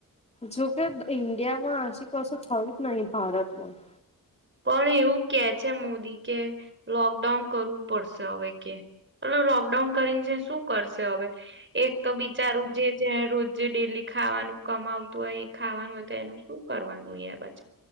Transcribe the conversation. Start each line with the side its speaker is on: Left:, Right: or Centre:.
Left: જોકે ઈન્ડિયામાં હસી કસો થયું જ નહી ભારતમાં
Right: પણ એવું કે છે મોદી કે લોકડાઉન કરવું પડશે હવે કે <unintelligible> લોકડાઉન કરીને છે શું કરશે હવે એક તો બિચારું જે જે રોજે ડેલી ખાવાનું કમાવતું હોય એ ખાવાનું હોય તો એનું શું કરવાનું હોય એ